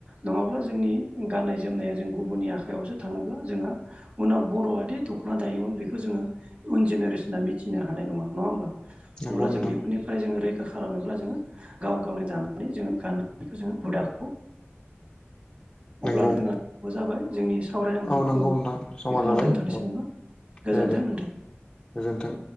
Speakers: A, on the right (about 30°); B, on the left (about 20°).
A: नङाब्ला जोंनि गाननाय जोमनाया जों गुबुननि आखायावसो थाङोब्ला जोंहा उनाव बर'आदि दख'ना दायोमोन बेखौ जोङो उन जेनेरेसना मिथिनो हानाय नङा नङा होमा
B: नंगौ
A: अब्ला
B: नोंथां
A: जों बेफोरनि जो बेखौ खालामोब्ला जोङो गाव गावनि दानानै जोङो गाननानैखौ जोङो हुदाखौ अब्लानो
B: नंगौ
A: जोंहा जाबाय जोंनि सावरायनांगौखौ
B: औ नंगौ नोंथां समा
A: बेखौनो
B: जाबाय
A: दोनथ'नोसै
B: औ
A: नामा गोजोन्थों
B: दे दे
A: नोंथां।
B: गोजोन्थों